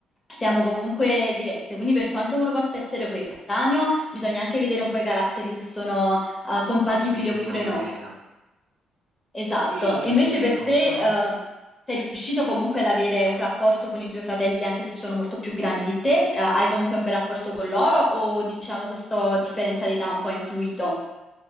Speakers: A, on the left; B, on the right.
A: siamo comunque diverse. Quindi per quanto uno possa essere coetaneo, bisogna anche vedere un po' i caratteri se sono eh, compatibili
B: affini
A: oppure
B: o
A: no.
B: meno.
A: Esatto.
B: Ehm,
A: E invece
B: ecco,
A: per te,
B: mm.
A: eh, sei riuscito comunque ad avere un rapporto con i tuoi fratelli, anche se sono molto più grandi di te? Eh, hai comunque un bel rapporto con loro o diciamo questa differenza di età un po' ha influito?